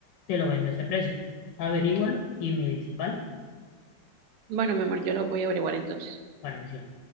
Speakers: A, on the left; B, on the right.
A: te lo vendo a ese precio. Averígualo y me dices, ¿vale?
B: Bueno, mi amor, yo lo voy a averiguar entonces.
A: Bueno, me cielo,